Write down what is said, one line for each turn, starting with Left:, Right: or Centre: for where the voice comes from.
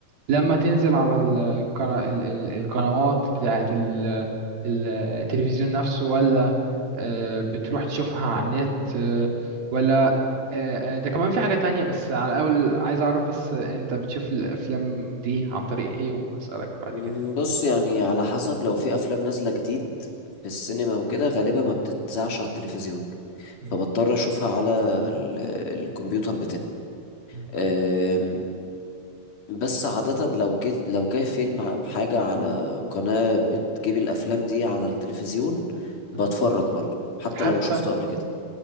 Right: لما تنزل على القنا- ال- ال- القنوات بتاعت ال- التلفزيون نفسه ولا آه، بتروح تشوفها على النت آه، ولا آه، آه، ده كمان في حاجة تانية بس على الأول عايز أعرف بس أنت بتشوف الأفلام دي عن طريق إيه وهسألك بعد
Left: مم،
Right: كده
Left: بص يعني على حسب لو في افلام نازلة جديد في السينما وكده غالبا ما بتتذاعش على التلفزيون
Right: مم،
Left: فبضطر اشوفها على ال- الكمبيوتر
Right: مم،
Left: بتاعي بس عادة لو جيت لو جاي فيلم أو حاجة على قناة بتجيب الأفلام دي على التلفزيون
Right: مم.
Left: بتفرج برضو حتى
Right: حتى
Left: لو شفته قبل كده